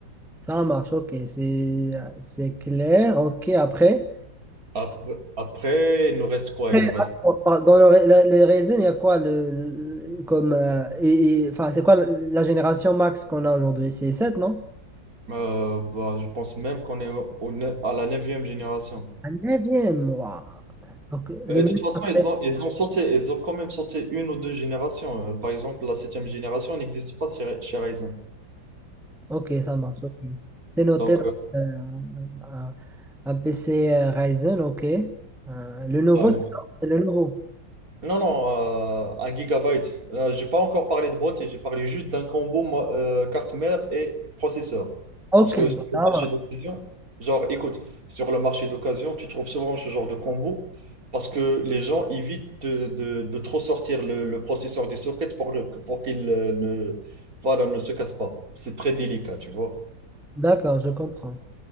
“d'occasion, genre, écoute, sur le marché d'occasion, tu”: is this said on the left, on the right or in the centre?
Right